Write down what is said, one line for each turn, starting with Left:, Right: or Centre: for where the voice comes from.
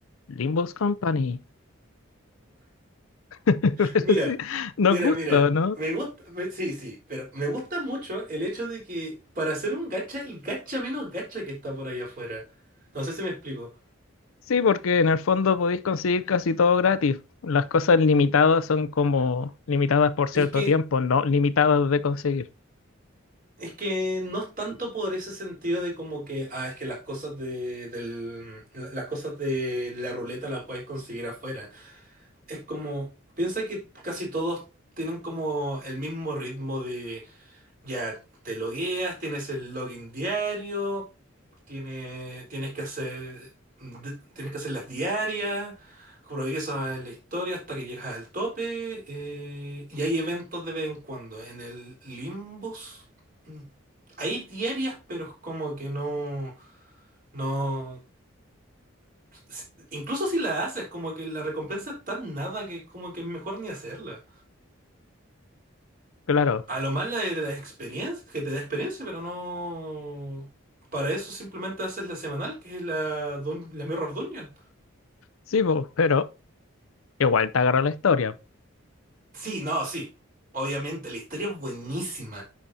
Left: Limbus Company. <laughs>
Right: Mira,
Left: Sí, nos
Right: mira,
Left: gusta,
Right: mira.
Left: ¿no?
Right: Me gusta, me- sí, sí, pero me gusta mucho el hecho de que para hacer un gacha, el gacha menos gacha que está por ahí afuera. No sé si me explico.
Left: Sí, porque en el fondo podéis conseguir casi todo gratis. Las cosas limitadas son como limitadas por cierto
Right: Es que,
Left: tiempo, no limitadas de conseguir.
Right: es que no es tanto por ese sentido de como que, ah, es que las cosas de, del, la- las cosas de la ruleta las puedes conseguir afuera. Es como, piensa que casi todos tienen como el mismo ritmo de, ya, te logueas, tienes el login diario. Tiene, tienes que hacer, de- tienes que hacer las diarias, progresas en la historia hasta que llegas al tope, eh, y hay eventos de vez en cuando. En el Limbus mm, hay diarias, pero es como que no, no, si- incluso si la haces, como que la recompensa es tan nada que es como que es mejor ni hacerla.
Left: Claro,
Right: A lo más la de la experiencia, que te da experiencia, pero no, para eso simplemente haces la semanal, que es la, dun- la Mirror Dungeon.
Left: sí, po, pero igual te agarra la historia.
Right: Sí, no, sí. Obviamente, la historia es buenísima,